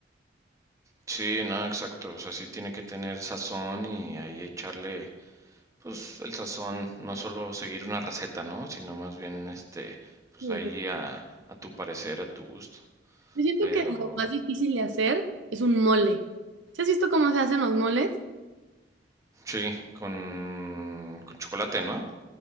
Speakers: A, on the right; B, on the right.
A: sí, no, exacto. O sea, sí tiene que tener sazón y ahí echarle, pues, el sazón, no solo seguir una receta, ¿no? Sino más bien, este, pues
B: Sí,
A: ahí
B: sí.
A: a, a tu parecer, a tu gusto.
B: Yo siento
A: Pero
B: que lo más difícil de hacer es un mole. ¿Sí has visto cómo se hacen los moles?
A: sí, con, con chocolate, ¿no?